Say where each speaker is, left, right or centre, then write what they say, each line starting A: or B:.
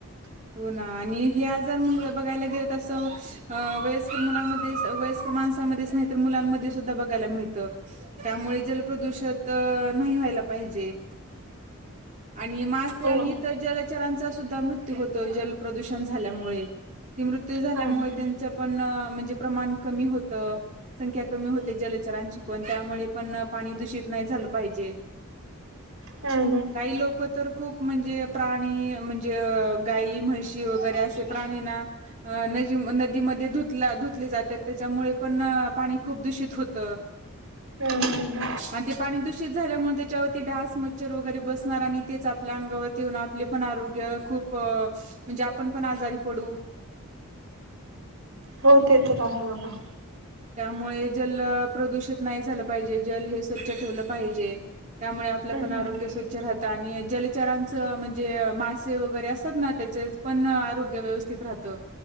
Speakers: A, on the right; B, on the right.
A: हो ना आणि हे आजार म्हणलं बघायला गेल अस अ वयस्कर मुलांमध्ये वयस्कर माणसांमध्येच नाही तर मुलांमध्ये सुद्धा बघायला मिळतं. त्यामुळे जलप्रदूषित नाही व्हायला पाहिजे. आणि मासे
B: हो
A: आणि
B: ना
A: इतर जलचरांचा सुद्धा मृ त्यु होतो जल प्रदूषण झाल्यामुळे. ते मृत्यू झाल्यामुळे
B: हा हा.
A: त्यांचं पण म्हणजे प्रमाण कमी होतं. संख्या कमी होते जलचरांची पण त्यामुळे पण पाणी दूषित नाही झालं पाहिजे.
B: हम्म हम्म.
A: काही लोक तर खूप म्हणजे प्राणी म्हणजे अ गाई, म्हशी वगैरे असे प्राणीना अ नजी नदीमध्ये धुतला धुतले जातात त्याच्यामुळे पण पाणी खूप दूषित होतं. <inaudible>
B: हा हा हा.
A: आणि ते पाणी दूषित झाल्यामुळे, त्याच्यावरती ढास, मच्छर वगैरे बसणार आणि तेच आपल्या अंगावर ती येऊन आपले पण, आरोग्य खूप म्हणजे आपण पण आजारी पडू.
B: हो ते तर आहे बघा.
A: त्यामुळे जल प्रदूषित नाही झालं पाहिजे, जल हे स्वच्छ ठेवलं पाहिजे. त्यामुळे आपलं
B: हम्म
A: पण,
B: हम्म.
A: आरोग्य स्वच्छ राहतं आणि जलचरांचं म्हणजे मासे वगैरे असतात ना, त्याचे पण आरोग्य व्यवस्थित राहत,